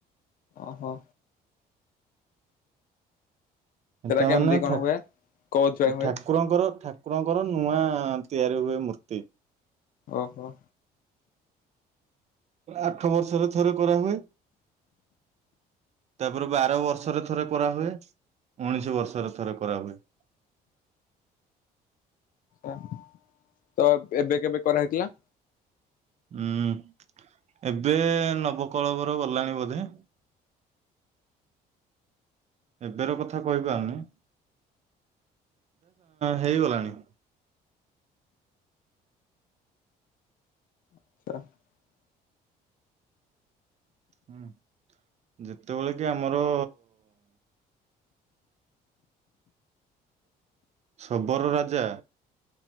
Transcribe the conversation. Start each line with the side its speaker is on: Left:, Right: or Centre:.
Left: ଓହୋ।
Right: ସେଟା
Left: କେମିତି
Right: ମାନେ
Left: କଣ
Right: ଠାକ୍
Left: ହୁଏ କୋଉଥିପାଇଁ ହୁଏ
Right: ଠାକୁରଙ୍କର ଠାକୁରଙ୍କର ନୂଆ ତିଆରି ହୁଏ ମୂର୍ତ୍ତି।
Left: ଓହୋ।
Right: ଆଠ ବର୍ଷରେ ଥରେ କରାହୁଏ। ତାପରେ ବାର ବର୍ଷରେ ଥରେ କରାହୁଏ ଉଣେଇଶ ବର୍ଷରେ ଥରେ କରାହୁଏ।
Left: ଓ ତ ଏବେ କେବେ କରାହେଇଥିଲା?
Right: ହୁଁ, ଏବେ ନବକଳେବର ଗଲାଣି ବୋଧେ। ଏବେର କଥା କହିପାରୁନି। ହେଇଗଲାଣି।
Left: <unintelligible>
Right: ହୁଁ, ଯେତେବେଳେ କି ଆମର ଶବର ରାଜା